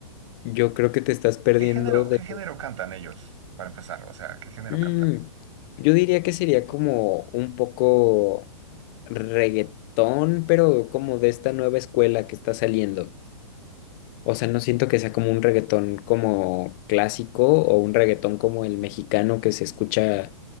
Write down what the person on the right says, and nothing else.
¿Qué género,
qué género cantan ellos, para empezar? O sea, ¿qué género
cantan?